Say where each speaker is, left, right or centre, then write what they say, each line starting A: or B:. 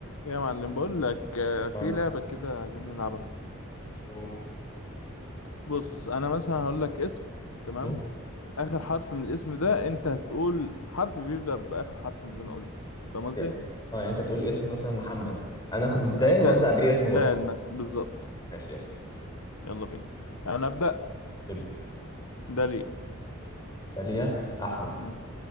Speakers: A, on the left; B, on the left.
A: يا معلم بقول لك آه، في
B: اه
A: لعبة كده عايزين نلعبها
B: قول
A: بص انا مثلا هقول لك اسم تمام
B: مم؟
A: اخر حرف من الاسم ده انت هتقول حرف بيبدأ باخر حرف من اللي انا قلته فاهم قصدي
B: يعني- اه يعني انت تقول اسم مثلا محمد انا اخد الدال
A: انت
B: وابدا بيه اسم
A: دال
B: برضه
A: مثلا بالظبط
B: ماشي يلا
A: يلا بينا انا ابدأ
B: ابدا
A: داليا
B: داليا احمد
A: مم.